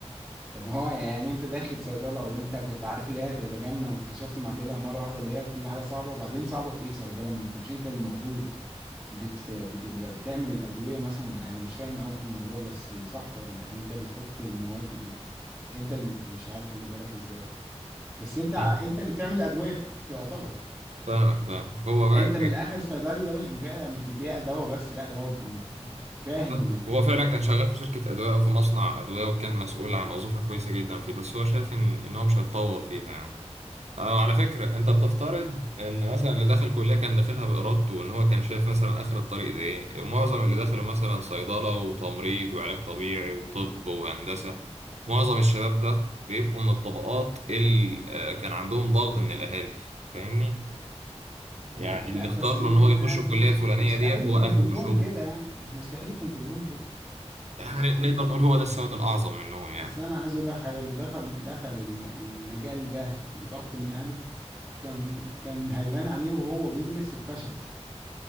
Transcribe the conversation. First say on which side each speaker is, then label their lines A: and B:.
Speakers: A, on the right; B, on the right.
A: طب ما هو يعني انت داخل صيدلة وانت كنت عارف اللي هي هتبقى جنة واكتشفت مع كده مرة واحدة اللي هي كل حاجة صعبة وبعدين صعبة في ايه صيدلة ما انت مش انت اللي المفروض بت... بتبقى بتعمل الأدوية مثلا انا مش فاهم قوي في الموضوع بس صح ولا انت بتحط المواد بت... انت اللي مش عارف اجيبها لك ازاي بس انت ع-
B: آه،
A: انت اللي بتعمل الأدوية يعتبر
B: فاهمك فاهمك هو
A: يعني
B: بقى
A: انت من
B: ايه
A: الاخر صيدلي ده مش بيبيع مش بيبيع دواء بس لا ده هو ب- فاهم
B: فاهمك
A: ال-
B: هو
A: التركيبات
B: فعلا كان شغال في شركة أدوية أو في مصنع أدوية وكان مسؤول عن وظيفة كويسة جدا فيه بس هو شايف إن إن هو مش هيتطور فيها يعني أه وعلى فكرة أنت بتفترض إن مثلا اللي دخل كلية كان داخلها بإرادته وإن هو كان شايف مثلا آخر الطريق ده إيه ومعظم اللي دخلوا مثلا صيدلة وتمريض وعلاج طبيعي وطب وهندسة معظم الشباب ده بيبقوا من الطبقات اللي آه، كان عندهم ضغط من الأهالي فاهمني؟
A: ما
B: يعني
A: لا
B: اللي اختار
A: بس
B: له
A: م-
B: إن
A: يعني
B: هو يخش الكلية
A: مش
B: الفلانية
A: مستحيل
B: ديت هو
A: يكون
B: أهله
A: كلهم
B: مش هو
A: كده يعني مستحيل يكون كلهم كده
B: يعني
A: مستحيل
B: نقدر نقول
A: يعني
B: هو ده السواد الأعظم منهم يعني
A: اصل انا عايز اقول لك حاجه اللي دخل دخل الم- المجال ده بضغط من اهله كان كان هيبان عليه وهو بيدرس الفشل